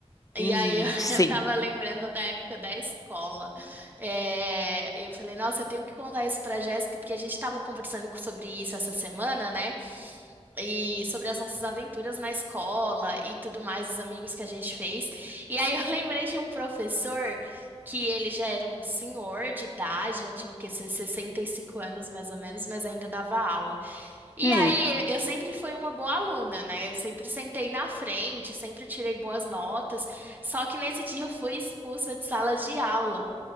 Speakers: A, on the right (about 15°); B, on the left (about 30°).
A: E
B: Hum,
A: aí eu, <laughs>
B: sim.
A: eu tava lembrando da época da escola. É, e eu falei, nossa, eu tenho que contar isso pra Jéssica, porque a gente tava conversando co- sobre isso essa semana, né? e sobre as nossas aventuras na escola e tudo mais, os amigos que a gente fez. E aí eu <laughs> lembrei de um professor que ele já era um senhor de idade, já tinha o quê, seus 65 anos mais ou menos, mas ainda dava aula. E
B: Hum.
A: aí eu sempre fui uma boa aluna, né? Eu sempre sentei na frente, sempre tirei boas notas, só que nesse dia eu fui expulsa de sala de aula.